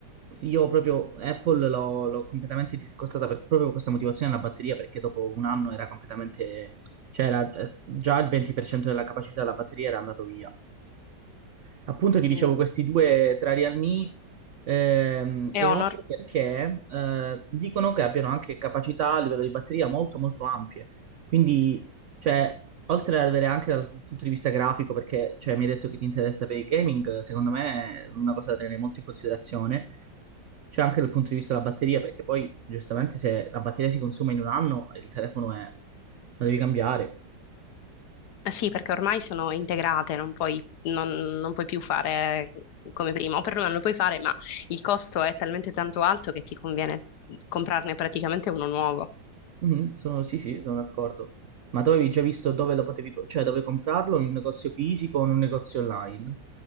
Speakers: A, on the right; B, on the left.
A: io proprio Apple l'ho, l'ho completamente discostata per, proprio per questa motivazione della batteria, perché dopo un anno era completamente, cioè era, eh, già il 20% della capacità della batteria era andato via. Appunto ti dicevo
B: Mm.
A: questi due tra Real Me ehm,
B: E
A: e
B: Honor?
A: Honor perché eh, dicono che abbiano anche capacità a livello di batteria molto molto ampie. Quindi, cioè, oltre ad avere anche dal punto di vista grafico, perché cioè, mi hai detto che ti interessa per il gaming, secondo me è una cosa da tenere molto in considerazione. C'è anche dal punto di vista della batteria, perché poi giustamente se la batteria si consuma in un anno, il telefono è... lo devi cambiare.
B: Eh sì, perché ormai sono integrate, non puoi, non, non puoi più fare come prima, o perlomeno lo puoi fare, ma il costo è talmente tanto alto che ti conviene comprarne praticamente uno nuovo.
A: Mhm, sono- sì, sì, sono d'accordo. Ma tu avevi già visto dove lo potevi, co- cioè dove comprarlo, in un negozio fisico o in un negozio online?